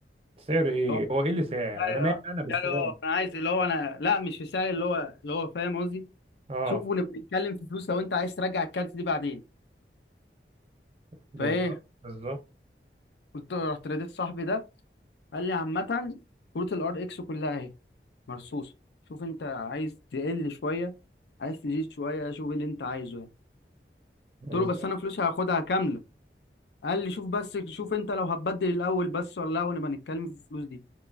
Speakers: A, on the right; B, on the left.
A: سعر ايه
B: اللي هو
A: هو ايه اللي سعر
B: السعر
A: انا مالي انا بالسعر
B: السعر اللي هو انا عايز اللي هو انا لا مش في السعر اللي هو اللي هو فاهم قصدي
A: اه
B: شوف ونبقى نتكلم في فلوس لو انت عايز ترجع الكارت دي بعدين
A: بالظبط
B: فايه
A: بالظبط
B: قلت له- رحت ناديت صاحبي ده قال لي عامه كروت الار اكس كلها اهي مرصوصة شوف انت عايز تقل شوية عايز تزيد شوية شوف اللي انت عايزه يعني
A: بالظبط
B: قلت له بس انا فلوسي هاخدها كاملة قال لي شوف بس شوف انت لو هتبدل الاول بس ولا لا ونبقى نتكلم في الفلوس دي